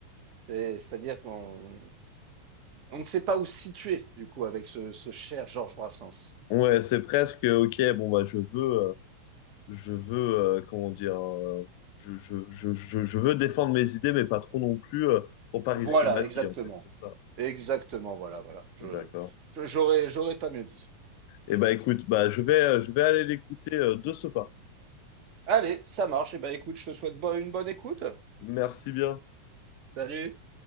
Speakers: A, on the right; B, on the left.
A: C'est- C'est-à-dire qu'on on ne sait pas où se situer, du coup, avec ce, ce cher Georges Brassens.
B: Ouais, c'est presque OK, bon bah je veux euh, je veux euh, comment dire euh, je, je, je, je, je veux défendre mes idées mais pas trop non plus euh, pour pas risquer
A: Voilà,
B: ma vie
A: exactement.
B: en fait, c'est ça.
A: Exactement, voilà, voilà. Je,
B: D'accord.
A: je- j'aurais, j'aurais pas mieux dit.
B: Eh bah écoute, bah je vais euh, je vais aller l'écouter euh, de ce pas.
A: Allez, ça marche. Et ben, écoute, je te souhaite bo- une bonne écoute.
B: Merci bien.
A: Salut.